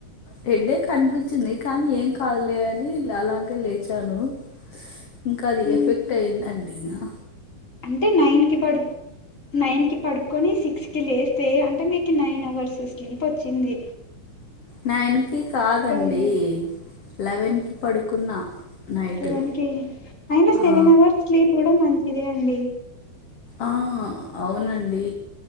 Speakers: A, on the left; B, on the left.
A: హెడేక్ అనిపించింది కానీ ఏం కాదులే అని అలాగే లేచాను. స్ ఇంకా అది
B: మ్మ్
A: ఎఫెక్ట్ అయిందండి నా
B: అంటే నైన్కి పడు నైన్కి పడుకొని సిక్స్ కి లేస్తే అంటే మీకు నైన్ అవర్స్ స్లీప్ వొచ్చింది.
A: నైన్కి కాదండి
B: ఉంది
A: లెవెన్కి పడుకున్నా నైట్
B: సెవన్కి అయినా సెవెన్
A: ఆ
B: అవర్స్ స్లీప్ కూడా మంచిదే అండి.
A: ఆ అవునండి